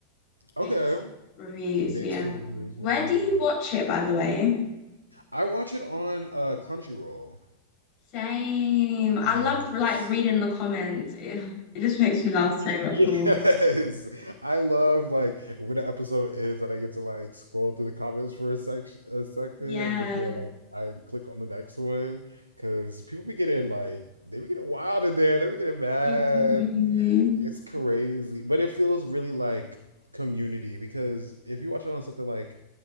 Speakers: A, on the left (about 40°); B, on the right (about 85°).
A: mixed
B: Okay.
A: reviews,
B: Mixed
A: yeah.
B: reviews,
A: Where
B: mixed reviews.
A: do you watch it, by the way?
B: I watch it on uh Crunchyroll.
A: Same. I
B: Yes.
A: love like reading the comments. It, it just makes me laugh so much
B: Yes.
A: more.
B: I love like when the episode ends and I get to like scroll through the comments for a section a second
A: Yeah,
B: before like I click on the next one because people be getting like they be getting wild in there, they be getting mad.
A: I do.
B: It's crazy. But it feels really like community because if you watch it on something like